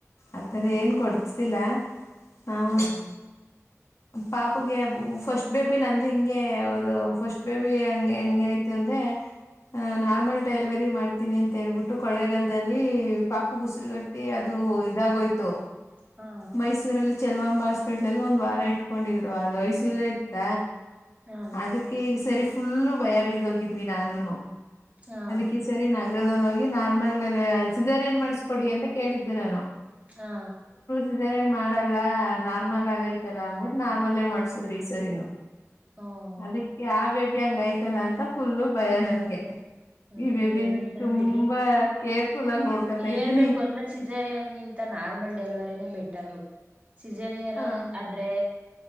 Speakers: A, on the left; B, on the right.
A: ಆತರ ಏನ್ ಕೊಡ್ಸತಿಿಲ್ಲ ಹೌ
B: ಹ್ಮ್
A: ಪಾಪಗೆ ಫಸ್ಟ್ ಬೇಬಿ ನಂದು ಹಿಂಗೆ ಅ ಫಸ್ಟ್ ಬೇಬಿ ಹಂಗೆ ಹೆಂಗ ಆಯ್ತು ಅಂದ್ರೆ ಹ ನಾರ್ಮಲ್ ಡೆಲಿವರಿ ಮಾಡ್ತೀನಿ ಅಂತ ಹೇಳ್ಬಿಟ್ಟು ಕೊೊಳ್ಳೆಗಾಲದಲ್ಲಿ ಪಾಪು ಬುಸುರುಗಟ್ಟಿ ಅದು ಇದಾಗೋಯ್ತು
B: ಹಾ
A: ಮೈಸೂರಲ್ಲಿ ಚ ಕಂಬ ಹಾಸ್ಪಿಟ್ಲ್ ಅಲ್ಲಿ ಒಂದ್ ವಾರ ಇಟ್ಕೊಂಡಿದ್ರು ಅದು ಐಸಿಯು ಇತ್ತ
B: ಹಾ
A: ಅದಕ್ಕೆ ಈಗ ಸರಿ ಫುಲ್ಲು ಭಯ ಬಿದೋಗಿದ್ವಿ ನಾನುನು
B: ಹಾ
A: ಅದಕ್ಕೆ ಸರಿ ನಗರಲ್ಲೋಗಿ ನಾರ್ಮಲ್ ಸೀನ್ ಏನ್ ಮಾಡಿಸಕೊಡಿ ಅಂತ ಕೇಳಿದ್ದೆ ನಾನು
B: ಹಾ
A: ಈ ಸರಿ ಏನ್ ಮಾಡಲ್ಲ ನಾರ್ಮಲ್ ಆಗೈತಲ್ಲ ಅಂದಬಿಟ್ಟು ನಾರ್ಮಲ್ ಮಾಡ್ಸುದ್ರಿ ಈ ಸರಿನು
B: ಹ್ಮ್
A: ಅದಕ್ಕೆ ಆಾವ ಬೇಬಿ ಹಂಗ ಐತಲ್ಲ ಅಂತ ಫುಲ್ಲು ಭಯ ನನ್ಗೆ
B: ಹ್ಮ್
A: ಈ ಬೇಬಿ
B: ಏನಿಲ್ಲ
A: ನಾ ತುಂಬಾ
B: ಬಿಡಿ
A: ಕೇರ್ಫುಲ್ ಆಗಿ ನೋಡ್ಕತಾ
B: ಹೇಳ್ಬೇಕು
A: ಇದ್ದೀನಿ
B: ಅಂದ್ರೆ ಸಿಜರಿಯನ್ಗಿಂತ ನಾರ್ಮಲ್ ಡೆಲಿವರಿನೇ ಬೆಟರ್ ಸಜನರ
A: ಹ
B: ಆದ್ರೆ